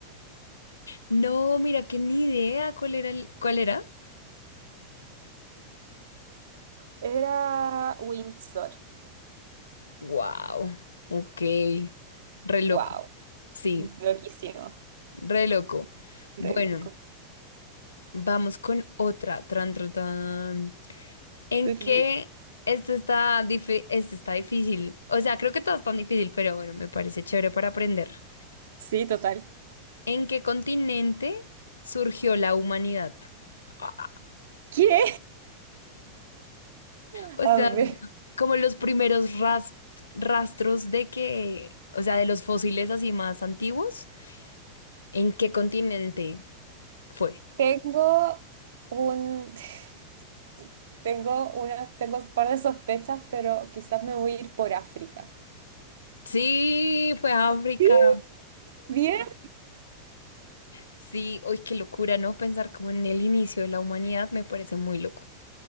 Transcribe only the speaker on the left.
No, mira que ni idea cuál era el- cuál era.
Wow, ok. Re loco.
Sí,
re loco.
Bueno.
Vamos con otra. Tran, tran, tran. ¿En
qué? Esto está, difi- esto está difícil. O sea, creo que todo es tan difícil, pero bueno, me parece chévere para aprender.
¿En qué continente surgió la humanidad? Ah,
¿qué?
O
sea,
Mira. como los primeros ras- rastros de que, o sea, de los fósiles así más antiguos, ¿en qué continente fue?
Sí, fue África.
Sí, hoy qué locura, ¿no? Pensar como en el inicio de la humanidad me parece muy loco.